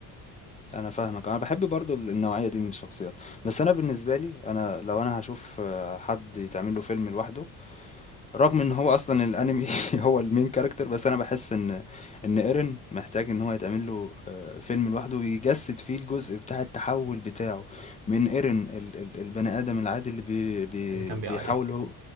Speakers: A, on the left; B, on the right.
A: أنا فاهمك، أنا باحب برضه ال النوعية دي من الشخصيات، بس أنا بالنسبة لي أنا لو أنا هاشوف حد يتعمل له فيلم لوحده رغم إن هو أصلًا الأنمي <laughs> هو الmain character بس أنا باحس إن إن Eren محتاج إن هو يتعمل له آآ فيلم لوحده يجسد فيه الجزء بتاع التحول بتاعه من Eren ال ال البني آدم العادي اللي بي بي
B: اللي كان بيعيط
A: بيحاول هو